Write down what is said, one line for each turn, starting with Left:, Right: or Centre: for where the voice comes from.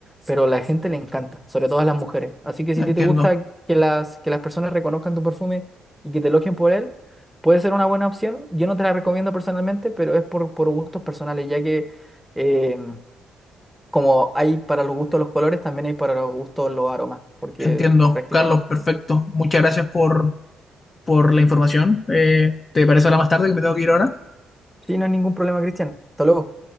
Centre: pero a la gente le encanta, sobre todo a las mujeres. Así que si a
Left: Entiendo,
Centre: ti te gusta que las, que las personas reconozcan tu perfume y que te elogien por él, puede ser una buena opción. Yo no te la recomiendo personalmente, pero es por, por gustos personales, ya que... eh, como hay para los gustos los colores, también hay para los gustos los aromas, porque
Left: entiendo.
Centre: prácticamente,
Left: Carlos, perfecto. Muchas gracias por, por la información. Eh, ¿te parece hablar más tarde que me tengo que ir ahora?
Centre: sí, no hay ningún problema, Cristian. Hasta luego.